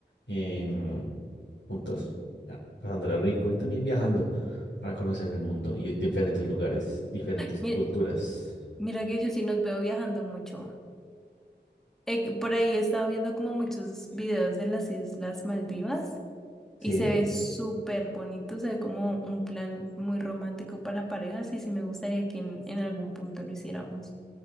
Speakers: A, on the left; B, in the centre.
A: em, juntos, ah, pasándola rico y también viajando para conocer el mundo y diferentes lugares, diferentes
B: Mira,
A: culturas.
B: mira que yo sí nos veo viajando mucho. Eh, por ahí he estado viendo como muchos videos de las Islas Maldivas.
A: Sí,
B: Y se ve súper bonito, se ve como un plan muy romántico para parejas y sí me gustaría que en, en algún punto lo hiciéramos.